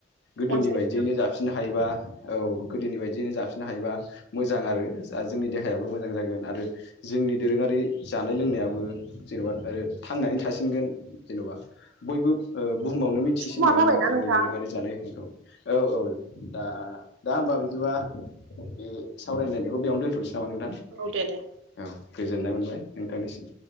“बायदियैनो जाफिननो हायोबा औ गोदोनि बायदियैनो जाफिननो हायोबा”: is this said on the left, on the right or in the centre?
Left